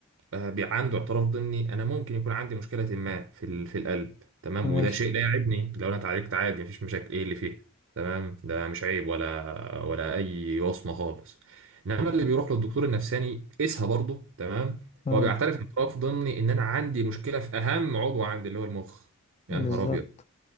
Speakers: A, on the right; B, on the left.
A: آه، بي- عنده اعتراف ضمني انا ممكن يكون عندي مشكله ما في ال- في القلب تمام
B: ماشي
A: وده شيء لا يعيبني لو انا اتعالجت عادي مفيش مشاكل ايه اللي فيه تمام ده مش عيب ولا ولا اي وصمه خالص انما اللي بيروح للدكتور النفساني قيسها برضه تمام
B: مم.
A: هو بيعترف اعتراف ضمني ان انا عندي مشكله في اهم عضو عندي اللي هو المخ يا
B: بالظبط
A: نهار ابيض